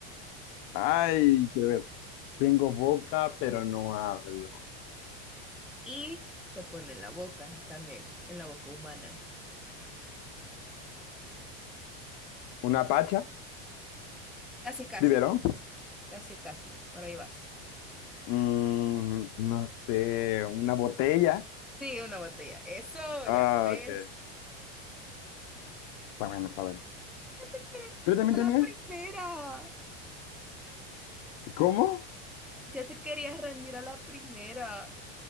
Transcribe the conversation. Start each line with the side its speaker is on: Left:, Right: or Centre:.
Left: Ay, quiero ver. Tengo boca, pero no hablo.
Centre: y se pone en la boca también, en la boca humana.
Left: ¿Una pacha?
Centre: Casi, casi,
Left: ¿Biberón?
Centre: casi, casi. Por ahí vas.
Left: Mm, no sé, una botella.
Centre: Sí, una botella. Eso,
Left: Ah,
Centre: ya ves.
Left: ok. Está bien, está bien.
Centre: Eres
Left: Pero también
Centre: a
Left: tenía.
Centre: la primera.
Left: ¿Cómo?
Centre: Ya te querías rendir a la primera.